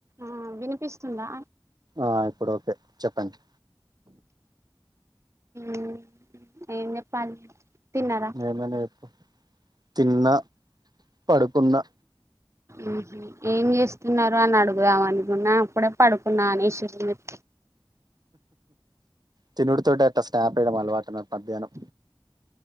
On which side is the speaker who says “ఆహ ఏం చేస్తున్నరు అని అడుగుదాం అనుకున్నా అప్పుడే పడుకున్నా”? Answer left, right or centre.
Right